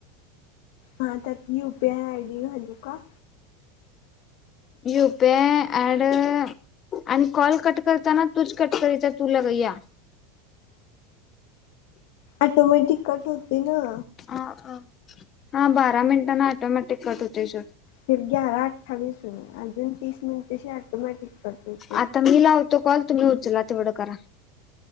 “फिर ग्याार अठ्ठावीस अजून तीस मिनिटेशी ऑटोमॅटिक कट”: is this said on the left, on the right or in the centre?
Left